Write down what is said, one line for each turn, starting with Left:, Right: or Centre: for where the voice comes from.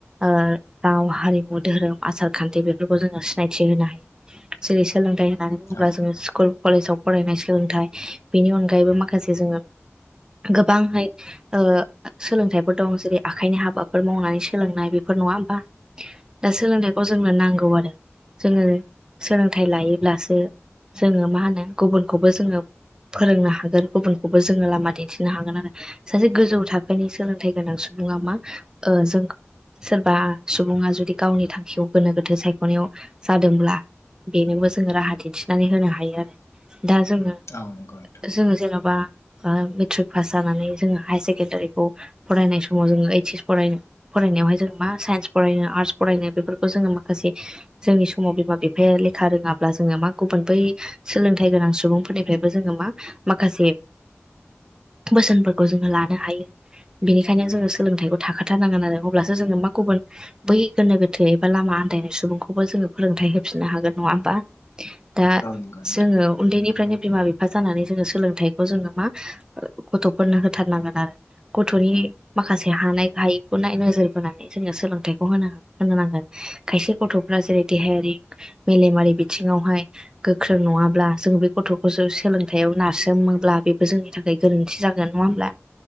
Right: ओ-राव हारिमु धोरोम आसार खान्थि बेफोरखौ जोङो सिनायथि थिहोनो हायो जेरै सोलोंथाइ होननानै बुङोब्ला
Left: औ
Right: जोङो स्कुल कलेजाव फरायनाय सोलोंथाइ बेनि अनगायैबो माखासे जोङो गोबांहाय ओ-सोलोंथाइफोर दं जेरै आखाइनि हाबाफोर मावनानै सोलोंनाय बे फोर नङा होमबा? दा सोलोंथायखौ जोंनो नांगौ आरो। जोङो सोलोंथाय लायो ब्लासो जोङो मा होनो गुबुनखौ जोङो फोरोंनो हागोन गुबुनखौबो जोङो लामा दिन्थिनो हागोन आरो सासे गोजौ थाखोनि सोलोंथाइ गोनां सुबुङा मा ओ-जों- सोरबा सुबुङा जुदि गावनि थांखिखौ गोनो गोथो सायख'नायाव जादोंब्ला बेनोबो जोङो राहा दिन्थिनानै होनो हायो आरो दा जोङो
Left: औ नंगौ नोंथां।
Right: जोङो जेन'बा बा मेट्रिक पास जानानै जोङो हायार सेकेण्डारिखौ फरायनाय समाव जोङो ओइस एस फरायनो फरायनायावहाय जों मा साइन्स फरायनो आर्टस फरायनो बेफोरखौ जोङो माखासे जोंनि समाव बिमा बिफाया लेखा रोङाब्ला जोङो मा गुबुन बै सोलोंथाइ गोनां सुबुंफोरनिफ्रायबो जोङो मा माखासे बोसोनफोरखौ जोङो लानो हायो। बेनिखायनो जोङो सोलोंथाइखौ थाखाथारनांगोन आरो अब्लासो जोङो मा गुबुन बै गोनो गोथो एबा लामा आन्दायनाय सुबुंखौबो जोङो फोरोंथाइ होफिननो हागोन नङा होमबा? दा
Left: औ नंगौ
Right: जोङो उन्दैनिफ्रायनो बिमा बिफा जानानै जोङो सोलोंथाइखौ जोङो मा गथ'फोरनो होथारनांगोन आरो। गथ'नि माखासे हानाय हायिखौ नोजोर बोनानै जोङो सोलोंथाइखौ होनो होनो नांगोन खायसे गथ'फ्रा जेरै देहायारि मेलेमारि बिथिङावहाय गोख्रों नङाब्ला जों बे गथ'खौसो सोलोंथायाइयाव नारसोमोब्ला बेबो जोंनि थाखाय गोरोन्थि जागोन नङा होमब्ला